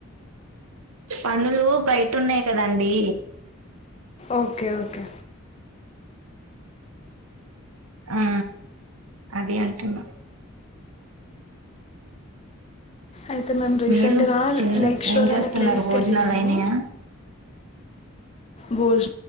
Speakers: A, on the right; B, on the left.
A: పనులు బయటున్నయి కదండీ
B: ఓకే ఓకే
A: ఆ అదే అంటున్న.
B: అయితే మేమ్ రీసెంట్గా
A: మీరు తిన్
B: లేక్ షోర్
A: ఏం చేస్తున్నారు
B: అనే ప్లేస్
A: భోజనాలు
B: కెళ్ళినమూ.
A: అయినాయా
B: భోజ్